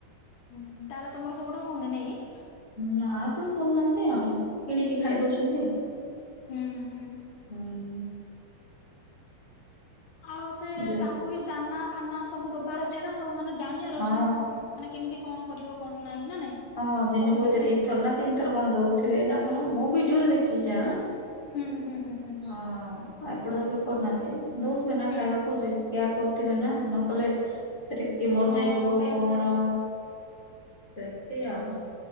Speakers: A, on the left; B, on the left.
A: ହୁଁ ତାଲେ ତମର ସେପଟେ ହଉନି ନାଇଁ କି?
B: ନା ଏପଟେ କରୁନାହାନ୍ତି ଆଉ କିଣିକି
A: ହୁଁ
B: ଖାଇ ଦଉଛନ୍ତି।
A: ହୁଁ ହୁଁ ହୁଁ
B: ହୁଁ।
A: ଆଉ ସେ
B: ଯୋଉ
A: ତାଙ୍କୁ ବି ଦାନା ଫାନା ସବୁ ଦବାର ଅଛି ନା, ସବୁ ମାନେ ଜାଣିଆର
B: ହଁ
A: ଅଛି ମାନେ କେମତି କଣ କରିବ କଣ ନାଇଁ, ନା ନାଇଁ?
B: ହଁ ଦିନକୁ
A: ସବୁ କିଛି
B: ଏତେ ଦିଥର ନା ତିନି ଥର କଣ ଦଉଥିବେ ନା କଣ? ମୁଁ ଭିଡିଓରେ ଦେଖିଛି ଯାହା।
A: ହୁଁ-ହୁଁ-ହୁଁ-ହୁଁ-ହୁଁ।
B: ହଁ ଏପଟେ ତ କେବେ କରୁନାହାଁନ୍ତି? ଦଉଥିବେ ନା
A: ହୁଁ
B: ଖାଇବାକୁ ଯଦି କେୟାର କରୁ ଥିବେ ନା, ନ କଲେ ସେଠି କିଏ ମରି
A: ହଁ
B: ଯାଇଥିବ
A: ସେୟା
B: କଣ
A: ସେୟା
B: ସେ ଯାଉନୁ।